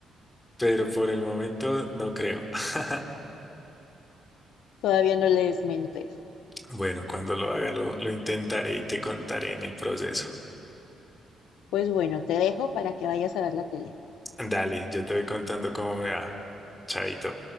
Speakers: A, on the left; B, on the left.
A: pero por el momento no creo. <laughs>
B: Todavía no les mentes.
A: Bueno, cuando lo haga lo, lo intentaré y te contaré en el proceso.
B: Pues bueno, te dejo para que vayas a ver la tele.
A: Dale, yo te voy contando cómo me va. Chaito.